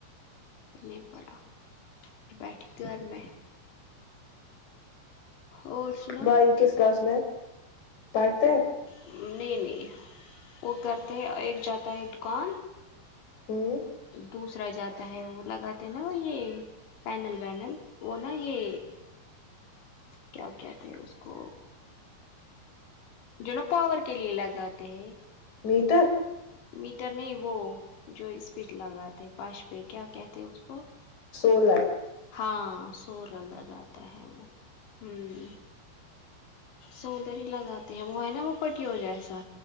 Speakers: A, on the left (about 80°); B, on the left (about 40°).
A: نہیں پڑھا بیٹھی گھر میں اور سناؤ
B: بھائی کس کلاس میں پڑھتے ہیں
A: نہیں نہیں وہ کرتے ہے ایک جاتا ہے دکان
B: ہوں
A: دوسرا جاتا ہے وہ لگاتے ہیں نا وہ یہ پینل وینل وہ نا یہ کیا کہتے اس کو جو نا پاور کے لیے لگاتے ہیں
B: میٹر
A: میٹر نہیں وہ جو اسپیڈ لگاتے پانچ پہ کیا کہتے اس کو
B: سولر
A: ہاں سولر لگاتا ہے وہ ہوں سولر ہی لگاتے ہیں وہ ہے نا وہ پٹیو جیسا